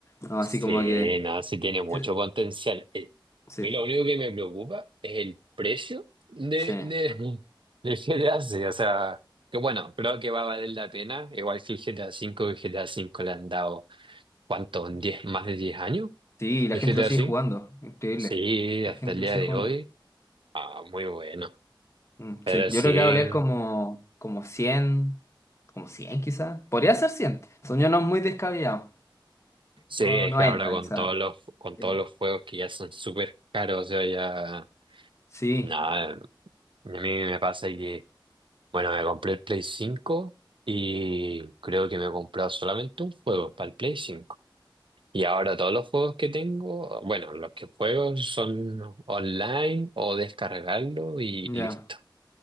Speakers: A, on the left; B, on the right.
A: ¿no?
B: sí,
A: Así como que...
B: nada sí tiene mucho
A: Sí,
B: potencial. Eh,
A: sí,
B: A mí lo único que me preocupa es el precio de,
A: sí.
B: de, del GTA 6. O sea, que bueno, creo que va a valer la pena. Igual que el GTA cinco el GTA 5 le han dado, ¿cuánto? ¿Un 10, más de 10 años?
A: Sí, la
B: ¿El
A: gente
B: GTA
A: lo sigue
B: cinco
A: jugando, increíble.
B: Sí, hasta
A: La gente
B: el
A: lo
B: día
A: sigue
B: de
A: jugando.
B: hoy. Ah, muy bueno.
A: Mm,
B: Pero
A: sí, yo
B: sí.
A: creo que va a valer como, como cien como 100 quizás. Podría ser 100 son yo no muy descabellados.
B: Sí,
A: O
B: es
A: 90
B: que ahora con
A: quizás.
B: todos los, con
A: Sí,
B: todos los juegos que ya son súper caros, yo ya...
A: sí,
B: Nada, a mí me pasa que, bueno, me compré el Play 5 y creo que me he comprado solamente un juego para el Play cinco Y ahora todos los juegos que tengo, bueno, los que juego son online o descargarlo y
A: ya,
B: listo.